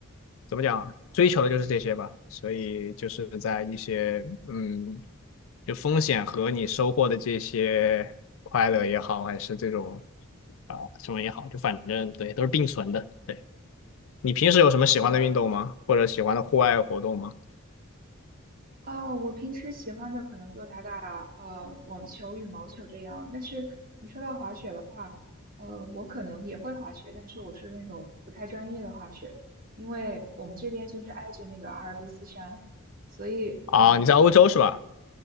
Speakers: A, on the left (about 65°); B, on the right (about 45°).
A: 怎么讲啊，追求的就是这些吧，所以就是在一些嗯，就风险和你收获的这些快乐也好，还是这种啊、什么也好，就反正对都是并存的。对，你平时有什么喜欢的运动吗？
B: 嗯，是的，
A: 或者喜欢的户外活动吗？
B: 啊，我平时喜欢的可能就打打呃网球、羽毛球这样。但是你说到滑雪的话，呃，我可能也会滑雪，但是我是那种不太专业的滑雪，因为我们这边就是挨着那个阿尔卑斯山，所以嗯，
A: 啊，你在欧洲是吧？
B: 我们其实